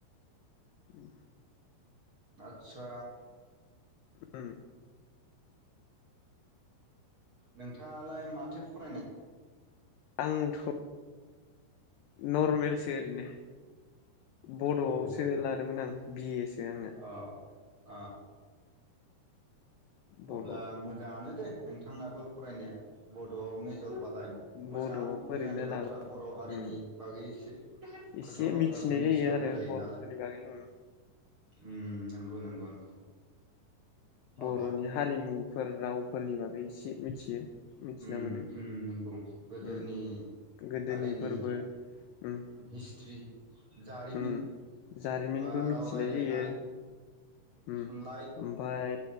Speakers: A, on the left (about 80°); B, on the right (about 40°).
A: उम
B: आतसा
A: उम
B: नोंथाङालाय माथो फरायनाय?
A: आंथ' नरमेलसो ओरैनो बड'आवसो
B: औ औ
A: लादोंमोन आं बि ए सो आंना
B: अ अ
A: बड'
B: अब्ला मोजाङानो दे नोंथांनाबो फरायनाया बड'आव मेजरबालाय मोजां
A: बड'आव
B: मोजांनि
A: ओरैनो
B: बाथ्रा
A: लाबाय
B: बर' हारिनि
A: उम
B: बागै एसे
A: एसे
B: खोथा बाथ्राबो
A: मिथिनाय
B: मिथिनांगौ
A: आरो
B: जायो
A: बर'फोरनि
B: नालाय।
A: बागै उम
B: उम नंगौ नंगौ नंगौ अ
A: बर'नि हारिमुफोर रावफोरनि नि बागै एसे मिथियो। मिथिना
B: उम
A: मोनो
B: उम नंगौ गोदोनि
A: उम गोदोनिफोरबो
B: हारिनि
A: उम
B: हिस्ट्रि जारिमिन
A: उम जारिमिनबो
B: बा
A: मिथिनाय
B: राव रायलायनाय
A: जायो उम
B: थुनलाइ
A: ओमफाय